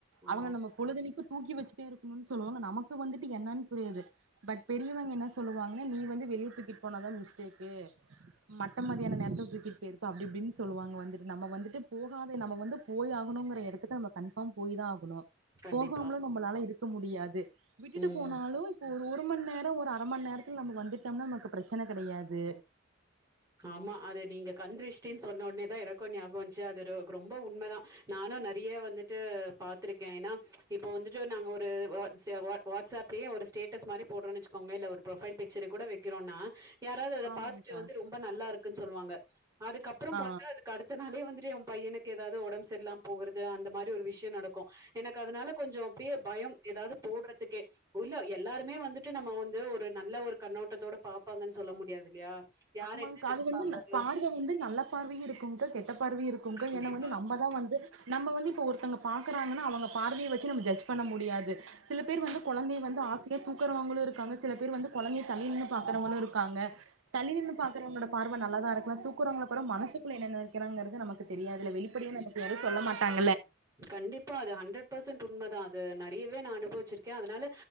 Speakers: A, on the right; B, on the right.
A: ஆ
B: அவங்க நம்ம பொழுதன்னைக்கு தூக்கி வச்சிட்டே இருக்கணும்னு சொல்லுவாங்க நமக்கு வந்துட்டு என்னன்னு புரியாது பட் பெரியவங்க என்ன சொல்லுவாங்கன்ன நீ வந்து வெளியேத்தூக்கிட்டு போன தான் மிஸ்டேக்கு மட்ட மத்தியான நேரத்துக்கு தூக்கிட்டு போயிருப்ப அப்படி இப்படின்னு சொல்லுவாங்க வந்துட்டு நம்ம வந்துட்டு போகாத நம்ம வந்து போய் ஆகணுங்கிற இடத்துக்கு நம்ம கன்ஃபார்ம் போய் தான் ஆகணும்
A: கண்டிப்பா
B: போகாமலும் நம்மளால இருக்க முடியாது விட்டுட்டு
A: ம்
B: போனாலும் ஒரு ஒரு மணி நேரம் ஒரு அர மணி நேரத்தில நம்ம வந்துட்டம்னா நமக்கு பிரச்சன கிடையாது
A: ஆமா அது நீங்க கண்திரிஷ் சொன்ன ஒனேதா எனக்கு ஞாபக வச்சு அது ரொ ரொம்ப உண்மைதா நானு நெறையா வந்துட்டு பாத்திருக்கே ஏன்னா இப்ப வந்துட்டு நாங்க ஒரு வாட்ஸ் வ வாட்சப்லயே ஒரு ஸ்டேட்டஸ் மாதிரி போடுறோ வச்சுக்கோங்களே இல்ல ஒரு ப்ரொஃபைல் பிக்சர் கூட வைக்கிறோனா யாராவது அத
B: ஆமாங்க்கா
A: பாத்துட்டு வந்து ரொம்ப நல்லா இருக்குன் சொல்லுவாங்க அதுக்கப்பற
B: ஆ
A: பாத்தா அதுக்கு அடுத்த நாளே வந்து எ பையனுக்கு ஏதாவது உடம்பு சரில்லாம போகுறது அந்த மாதிரி ஒரு விஷய நடக்கு எனக்கு அதனால கொஞ்ஜொ அப்படியே பயம் ஏதாவது போடுறதுக்கே இல்ல எல்லாருமே வந்துட்டு நம்ம வந்து ஒரு நல்ல ஒரு கண்ணோட்டத்தோட பாப்பாங்கன்னு சொல்ல முடியாது இல்லையா யார்
B: ஆமாங்க்க
A: என்ன
B: அது வந்து
A: கண்டிப்பாங்க
B: பார்வை வந்து நல்ல பார்வையு இருக்கும்க்கா கெட்ட பார்வையு இருக்கும்க்கா
A: கண்டிப்பா
B: ஏன்னா வந்து நம்மதா வந்து நம்ம வந்து இப்ப ஒருத்தங்க பாக்கறாங்கன்னா அவங்க பார்வையை வச்சு நம்ம ஜஜ் பண்ண முடியாது சில பேர் வந்து குழந்தை வந்து ஆசையா தூக்குறவங்களு இருக்காங்க சில பேர் வந்து கொழந்தைய தள்ளி நின்னு பாக்கறவங்களு இருக் இருக்காங்க தள்ளி நின்னு பாக்கறவஙகளோட பார்வை நல்லாதாருக்கு தூக்குறவங்களோட மனசுக்குள்ள என்ன நெனைக்கிறாங்கிறது நமக்கு தெரியாதுல்ல வெளிப்படையா நமக்கு யாரு சொல்ல மாட்டாங்மாட்டாங்க
A: கண்டிப்பா அது ஹண்ட்ரட் பர்சன்ட் உண்மதா து நெறையவே நா அனுபவிச்சிருக்கே அதனால